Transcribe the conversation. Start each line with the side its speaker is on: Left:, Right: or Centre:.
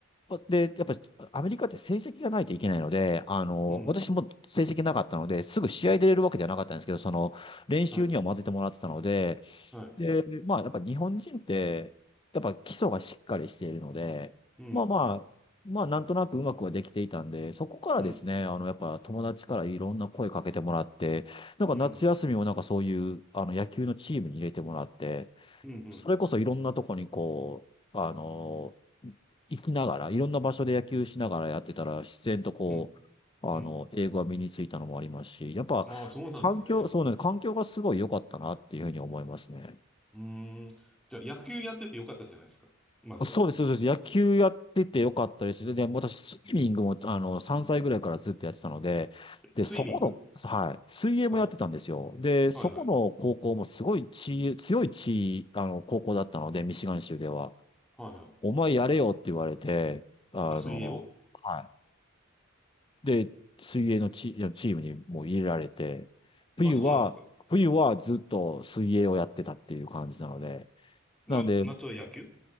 Left: で、やっぱりアメリカって成績がないといけないので、あの、
Centre: うん。
Left: 私も成績なかったので、すぐ試合出れるわけではなかったんですけど、その、練習には混ぜてもらってたので、
Centre: はい、はい。
Left: で、まあ、やっぱ日本人って、やっぱ基礎がしっかりしているので、
Centre: うん、
Left: まあまあ、まあ、なんとなくうまくはできていたんで、そこからですね、
Centre: うん、
Left: あの、やっぱ友達からいろんな声かけてもらって、なんか夏休みもなんかそういう、
Centre: うん、うん、
Left: あの、野球のチームに入れてもらって、
Centre: うん、うん、
Left: それこそいろんなとこにこう、あの、行きながら、いろんな場所で野球しながらやってたら、自然とこ
Centre: うん。
Left: う、あの、
Centre: うん
Left: 英語が身についたのもありますし、やっぱ、
Centre: ああ、そうなんですね。
Left: 環境、そうね、環境がすごい良かったなっていうふうに思いますね。
Centre: うーん。じゃあ、野球やっててよかったじゃないですか。まずは。
Left: そうです、そうです。野球やっててよかったです。で、私、スイミングも、あの、3歳ぐらいからずっとやってたので、で、
Centre: スイミング
Left: そこの、はい、水泳もやってたんですよ。
Centre: はい。
Left: で、そこの高校もすごい地、
Centre: はいはい。
Left: 強い地、あの、高校だったので、ミシガン州では。
Centre: はいはい。
Left: お前やれよって言われて、あの、
Centre: あ、水泳を
Left: はい。で、水泳のチ、チームにもう入れられて、冬は、
Centre: あ、そうなんですか。
Left: 冬はずっと水泳をやってたっていう感じなので、
Centre: な、
Left: なんで、
Centre: 夏は野球